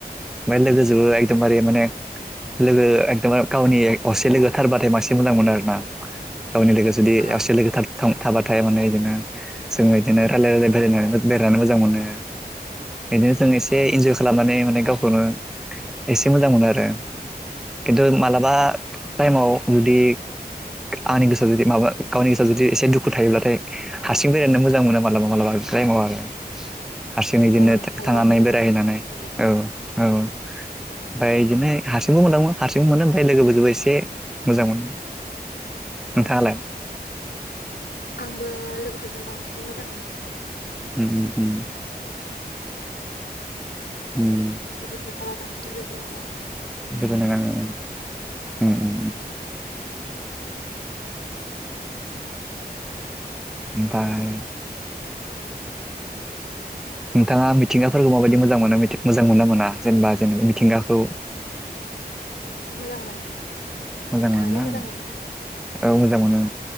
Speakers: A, in the centre; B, on the left (about 80°).
A: ओमफ्राय लोगोजोंबो
B: औ
A: एकदमबारे माने लोगो एखदमार गावनि असे लोगो थारबाथाय मांसि मोजां मोनो आर ना गावनि लोगो जुदि
B: औ
A: आससे लोगो थाद थां थाबाथाय माने इदिनो जोंङो इदिनो रायलाय रायलाय बेरायना बेरायनानै मोजां मोनो बिदिनो जों एसे
B: औ
A: इन्जय खालामनानै माने गावखौनो एसे मोजां मोनो आरो खिन्थु मालाबा
B: औ
A: टाइमाव जुदि आंनि गोसो जुदि माबा गावनि गोसोआव जुदि एसे दुखु थायोब्लाथाय हारसिं बेरायनो मोजां मोनो मालाबा मालाबा थाइमाव आरो हारसिं इदिनो
B: औ मालाबा
A: थांनानै
B: मालाबा
A: बेरायहैनानै
B: हारसिंबो होयो
A: औ औ ओमफ्राय इदिनो हारसिंबो मोनदांमो हारसिं मोनो ओमफ्राय लोगोफोरजों एसे मोजां मोनो
B: <unintelligible>
A: नोंथाङालाय
B: औ आंबो लोगोफोर जों बांसिन मोजां मोनो।
A: उम उम उम उम
B: लोगोफोर थाबा बांसिन गोजोननाय नांङो।
A: गोजोननाय नाङो ओम ओम ओम
B: <inaudible>
A: ओमफ्राय नोंथाङा मिथिंगाफोरखौ माबायदि मोजां मोनो मोजां मोना मोना जेनेबा जेनेबा मिथिंगाखौ
B: मोजां मोनो
A: मोजां
B: नोंथाङाबो
A: मोनोना
B: मोजां मोनो नामा
A: औ मोजां मोनो